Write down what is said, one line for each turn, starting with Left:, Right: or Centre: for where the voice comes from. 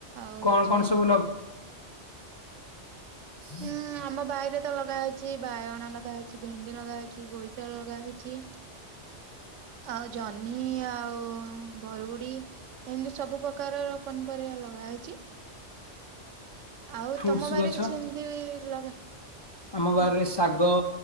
Right: ଆଉ
Left: କଣ
Right: ହଉଛି
Left: କଣ ସବୁ ହୁଁ
Right: ଉଁ ଆମ ବାଇରେ ତ ଲଗା ହେଇଛି ବାଇଗଣ ଲଗା ହେଇଛି ଭେଣ୍ଡି ଲଗାହେଇଛି ବୋଇତାଳୁ ଲଗା ହେଇଛି ଆଉ ଜହ୍ନି ଆଉ ବରୁଗୁଡି ଏମିତି ସବୁ ପ୍ରକାରର ପନିପରିବା ଲଗା ହେଇଛି ଆଉ
Left: ଫ୍ରୁଟସ୍
Right: ତମ ବାରିରେ
Left: ଗଛ
Right: କିଛି ଏମତି ଲଗା
Left: ଆମ ବାରିରେ
Right: ହୁଁ
Left: ଶାଗ